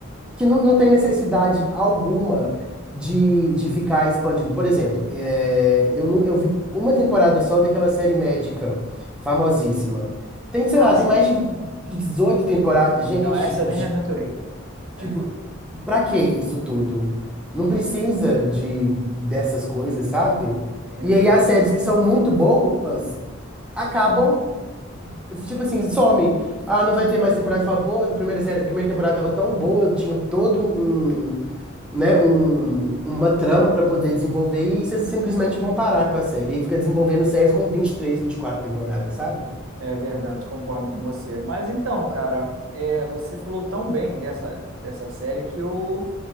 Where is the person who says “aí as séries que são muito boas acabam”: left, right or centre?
Centre